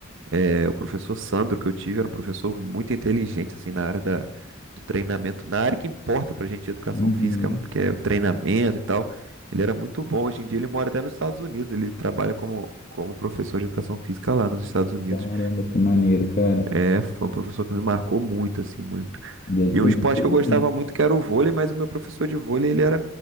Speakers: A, on the right; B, on the left.
A: É, o professor Sandro que eu tive era um professor muito inteligente, assim, na área da, do treinamento, na área que importa pra gente, educação
B: Uhum.
A: física, que é o treinamento e tal. Ele era muito bom. Hoje em dia ele mora até nos Estados Unidos, ele trabalha como, como professor de educação física lá nos Estados Unidos.
B: Caramba, que maneiro, cara.
A: É, foi um professor que me marcou muito, assim, muito.
B: Deve
A: E
B: ser
A: um esporte
B: muito inteligente.
A: que eu gostava muito que era o vôlei, mas o meu professor de vôlei, ele era,